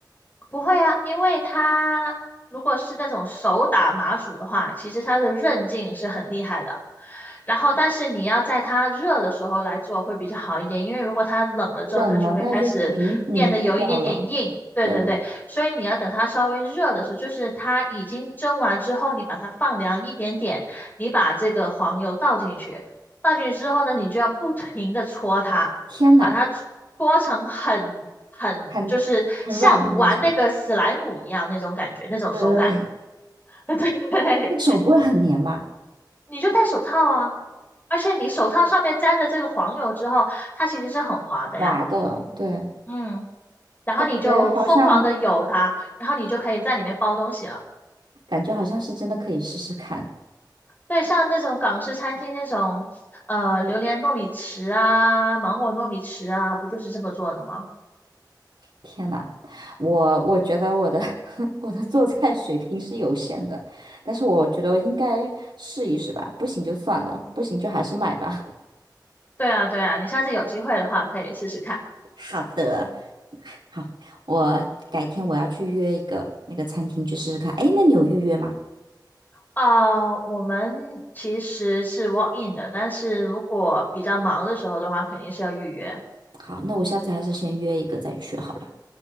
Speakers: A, on the left; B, on the right.
A: 不会啊，因为它如果是那种手打麻薯的话，其实它的韧劲是很厉害的。然后，但是你要在它热的时候来做会比较好一点，因为如果它冷了之后，
B: 冷了它就凝凝固掉了。
A: 它就会开始变得有一点点硬。对对对，
B: 对啊，
A: 所以你要等它稍微热的时候，就是它已经蒸完之后，你把它放凉一点点，你把这个黄油倒进去，倒进去之后呢，你就要不停的搓它。
B: 天哪，
A: 把它搓成很很就是像玩那个史莱姆一样那种感觉，
B: 很很软的那种。
A: 那种手感。
B: 嗯，
A: <laughs> 对，
B: 那手不会很黏吗？
A: 你就戴手套啊，而且你手套上面沾着这个黄油之后，它其实是很滑的呀。
B: 滑的，对，
A: 嗯，然后你就疯狂的游它，
B: 感觉好像
A: 然后你就可以在里面包东西了。
B: 感觉好像是真的可以试试看。
A: 对，像那种港式餐厅那种，呃，榴莲糯米糍啊，芒果糯米糍啊，不就是这么做的吗？
B: 天呐，我我觉得我的 <laughs> 我的做菜水平是有限的，但是我觉得我应该试一试吧，不行就算了，不行就还是买吧。
A: 对啊，对啊，你下次有机会的话可以试试看。
B: <laughs> 好的，好，我改天我要去约一个那个餐厅去试试看。哎，那你有预约吗？
A: 啊，我们其实是 walk in 的，但是如果比较忙的时候的话，肯定是要预约。
B: 好，那我下次还是先约一个再去好了。